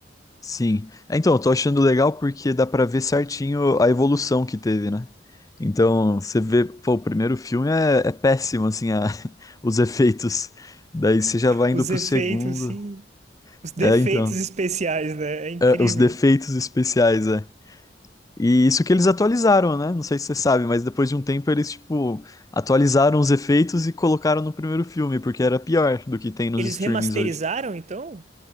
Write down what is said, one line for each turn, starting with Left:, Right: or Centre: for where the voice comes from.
Left: Sim. É, Então, eu tô achando legal porque dá pra ver certinho a evolução que teve, né? Então, você vê, pô, o primeiro filme é, é péssimo, assim, a- <laughs> os efeitos. Daí você já vai indo
Right: Os
Left: pro
Right: efeitos,
Left: segundo.
Right: sim, os defeitos
Left: É, então.
Right: especiais, né? É incrível.
Left: É, os defeitos especiais, é. E isso que eles atualizaram, né? Não sei se você sabe, mas depois de um tempo eles, tipo, atualizaram os efeitos e colocaram no primeiro filme, porque era pior do que tem nos
Right: Eles
Left: streamings
Right: remasterizaram,
Left: hoje.
Right: então?